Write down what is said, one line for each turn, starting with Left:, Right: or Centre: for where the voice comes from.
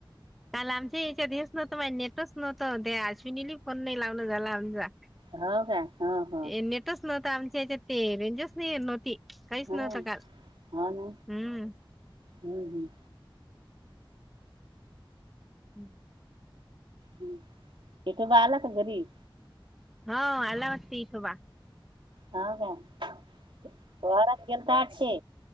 Centre: काल आमच्या याच्यात देस नव्हतं माझे नेटच नव्हतं ते अश्विनील फोन नाही लावण झाला आमचा.
Right: हो का हो हो
Centre: नटच नव्हत आमच्या याच्यात ते रेंजच नाही नव्हती. काहीच
Right: हो
Centre: नव्हतं काल
Right: हो ना
Centre: हम्मम.
Right: हम्म हम्म
Centre: हम्म.
Right: हम् इथे बालक गरीब.
Centre: होा आला वास्तथोबा.
Right: हो का वरात केलता आटची.